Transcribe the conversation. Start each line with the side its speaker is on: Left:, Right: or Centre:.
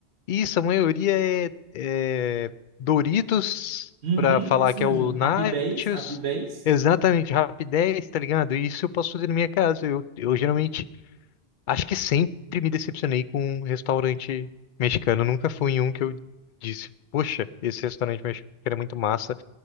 Left: isso, a maioria é, é Doritos
Right: Uhum,
Left: pra falar
Right: isso
Left: que
Right: mesmo.
Left: é o Nachos.
Right: Rapidez, rapidez,
Left: Exatamente, Rapidez, tá ligado? Isso eu posso fazer na minha casa. Eu, eu geralmente Acho que sempre me decepcionei com um restaurante mexicano. Nunca fui em um que eu disse, poxa, esse restaurante mexicano é muito massa.